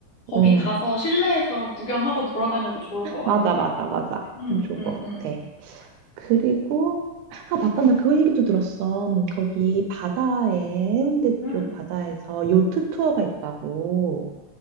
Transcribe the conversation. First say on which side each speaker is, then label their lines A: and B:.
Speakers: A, on the left; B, on the right.
A: 거기
B: 응.
A: 가서 실내에서 구경하고 돌아다녀도 좋을 것 같아.
B: 맞아, 맞아, 맞아.
A: 응,
B: 그럼 좋을
A: 응,
B: 것 같아.
A: 응,
B: 그리고, 아, 맞다. 나 그 얘기도 들었어. 거기 바다에, 해운대
A: 응.
B: 쪽 바다에서 요트 투어가 있다고.